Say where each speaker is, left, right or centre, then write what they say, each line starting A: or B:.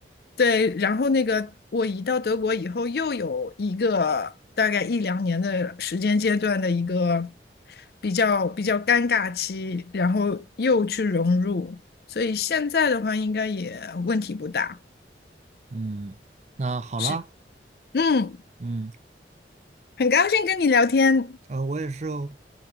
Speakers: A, on the left (about 60°); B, on the right (about 40°).
A: 对，然后那个我移到德国以后，又有一个大概一两年的时间阶段的一个比较比较尴尬期，然后又去融入，所以现在的话应该也问题不大。
B: 嗯，那好啦，
A: 是，嗯，
B: 嗯，
A: 很高兴跟你聊天。
B: 呃，我也是哦，